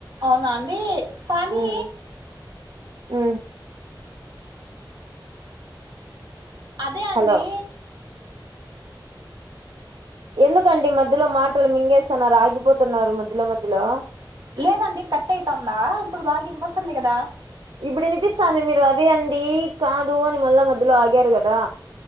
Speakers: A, on the right; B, on the right.
A: అవునా అండి కానీ
B: ఉమ్, ఉమ్
A: అదే అండీ
B: హలో ఎందుకండి మధ్యలో మాటలు మింగేసన్నారు ఆగిపోతున్నారు మధ్యలో మధ్యలో
A: లేదండి కట్ అయితాందా ఇప్పుడు బాగా ఇనిపిసంది కదా
B: ఇప్పుడు ఇనిపిస్తాంది మీరు అది అండి కాదు అని మళ్ళా మధ్యలో ఆగారు కదా